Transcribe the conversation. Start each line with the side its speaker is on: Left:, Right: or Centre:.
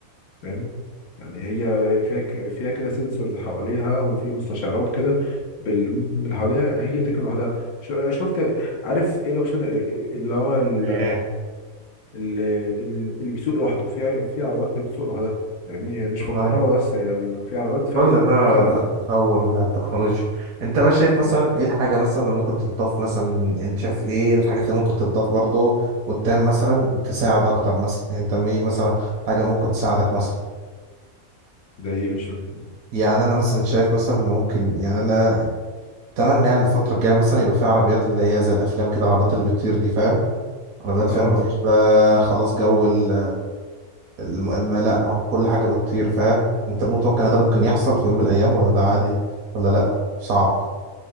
Left: فاهم يعني هي هي فيها ك- فيها كده سنسورز حواليها وفي مستشعرات كده بال... بال- حواليها هي بتكن لوحدها شو- شفت عارف ايه الاوبشن اللي هو ال-
Right: ايه
Left: اللي, اللي بيسوق لوحده في في عربيات هي بتسوق لوحدها فاهمني هي مش
Right: أيوة.
Left: في الكهرباء بس هي ال... في عربيات فاهم
Right: كل ده
Left: بتسوق لوحدها
Right: التطور بتاع التكنولوجيا انت بقى شايف
Left: مم.
Right: مثلا ايه الحاجة مثلا اللي ممكن تتضاف مثلا يعني انت شايف ايه الحاجات اللي ممكن تتضاف برضو قدام مثلا تساعد اكتر مثلا انت ايه مثلا حاجة ممكن تساعدك مثلا
Left: زي ايه مش فاهم.
Right: يعني انا مثلا شايف مثلا ان ممكن يعني انا اتمنى يعني الفترة الجاية مثلا يبقى في عربيات اللي هي زي الأفلام كده العربيات اللي بتطير دي فاهم عربيات
Left: اه
Right: فاهم مفيش بقى خلاص جو ال الم... الم... لا هو كل حاجة بتطير فاهم أنت متوقع إن ده ممكن يحصل في يوم من الأيام ولا لا عادي ولا لا صعب